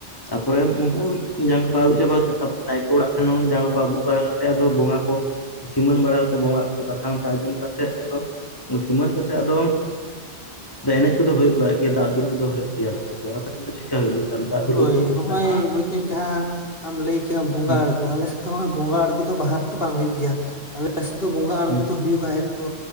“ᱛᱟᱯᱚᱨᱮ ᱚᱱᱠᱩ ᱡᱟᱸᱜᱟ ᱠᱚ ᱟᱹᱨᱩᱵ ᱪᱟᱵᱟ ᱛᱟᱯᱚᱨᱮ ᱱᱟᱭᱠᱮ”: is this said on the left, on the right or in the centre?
Left